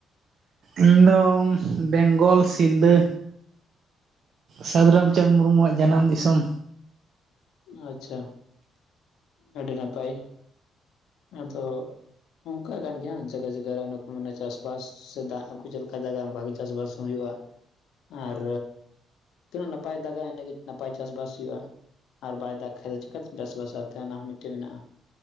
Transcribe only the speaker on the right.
ᱤᱧ ᱫᱚ ᱵᱮᱝᱜᱚᱞ ᱥᱤᱞᱫᱟᱹ ᱥᱟᱹᱫᱷᱩ ᱨᱟᱢᱪᱟᱸᱫᱽ ᱢᱩᱨᱢᱩ ᱣᱟᱜ ᱡᱟᱱᱟᱢ ᱫᱤᱥᱚᱢ᱾